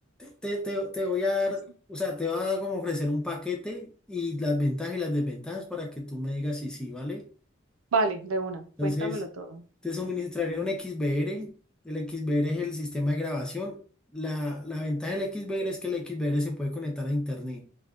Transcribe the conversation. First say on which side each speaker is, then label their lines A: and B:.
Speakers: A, in the centre; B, on the right.
A: te, te, te voy a dar,
B: así.
A: o sea, te va a como ofrecer un paquete y las ventajas y las desventajas para que tú me digas si sí, ¿vale?
B: Vale, de una,
A: Entonces,
B: cuéntamelo todo.
A: te suministraría un XBR. El XBR es el sistema de grabación. La, la ventaja del XBR es que el XBR se puede conectar a internet,